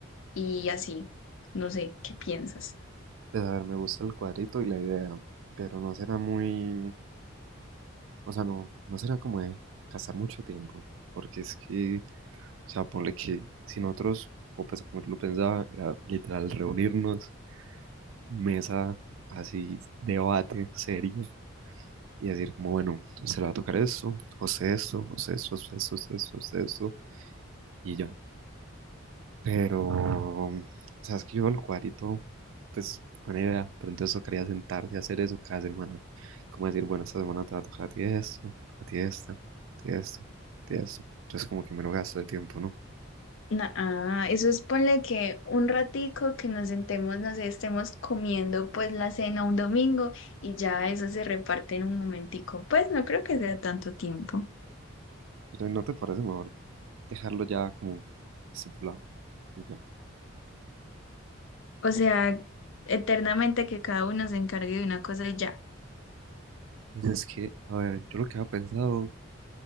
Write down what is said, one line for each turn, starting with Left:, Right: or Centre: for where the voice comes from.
Left: y así. No sé, ¿qué piensas?
Right: Pues a ver, me gusta el cuadrito y la idea, pero no será muy O sea, no, no será como de gastar mucho tiempo, porque es que, o sea, ponle que si nosotros, o pues como yo lo pensaba, era literal reunirnos, mesa, así, debate serio, y decir como, bueno, se le va a tocar esto, o sea, esto, o sea, esto, o sea, esto, o sea, esto, o sea, esto, y ya. Pero, mm, sabes que yo el cuadrito, pues buena idea, pero entonces tocaría sentarse a hacer eso cada semana. Como decir, bueno, esta semana te va a tocar a ti esto, a ti esta, a ti esto, a ti esto. Entonces como que me lo gasto de tiempo, ¿no?
Left: na- ah, eso es ponle que un ratico que nos sentemos, no sé, estemos comiendo pues la cena un domingo y ya eso se reparte en un momentico. Pues no creo que sea tanto tiempo.
Right: Pero ¿no te parece mejor dejarlo ya como estipulado y ya?
Left: O
Right: Ok.
Left: sea, eternamente que cada uno se encargue de una cosa y ya.
Right: Pues es que, a ver, yo lo que había pensado,